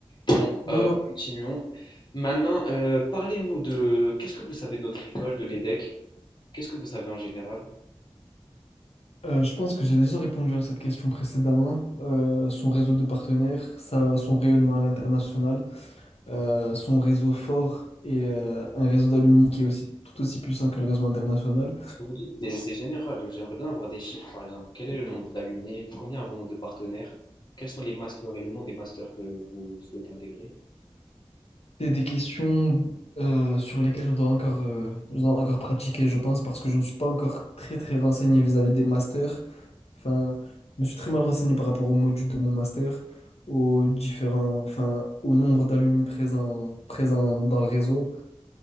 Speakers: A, on the left; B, on the left.
A: Bon, euh,
B: Non, non,
A: continuons. Maintenant, euh, parlez-nous de... Qu'est-ce que vous savez de notre école, de l'EDEC? Qu'est-ce que vous savez en général?
B: Euh, je pense que j'ai déjà répondu à cette question précédemment. Euh, son réseau de partenaires, sa- son rayonnement à l'international, euh, son réseau fort et euh, un réseau d'alumni qui est aussi tout aussi puissant que le réseau international.
A: Ce que vous dites, c'est c'est général. J'aimerais bien avoir des chiffres, par exemple. Quel est le nombre d'alumni? Combien avons-nous de partenaires? Quels sont les masters et le nom des masters que vous souhaitez intégrer?
B: C'est des questions euh, sur lesquelles je dois encore, euh, je dois encore pratiquer, je pense, parce que je ne suis pas encore très très renseigné vis-à-vis des masters. Enfin, je me suis très mal renseigné par rapport au module de mon master, aux différents, enfin, au nombre d'alumni présents, présents dans le réseau.